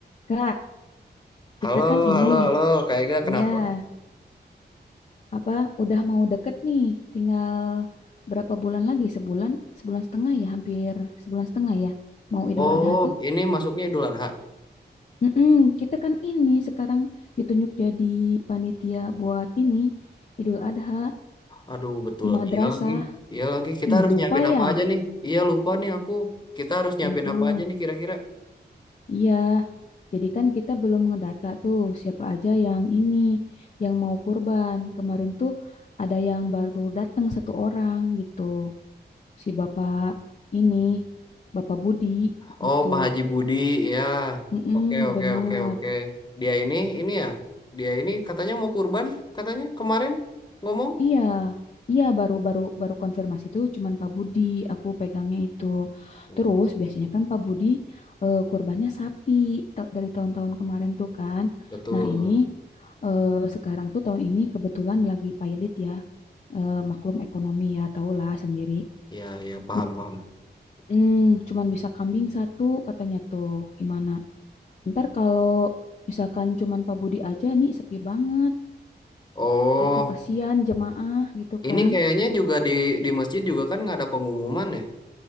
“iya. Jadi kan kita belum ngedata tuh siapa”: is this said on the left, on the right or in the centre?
Left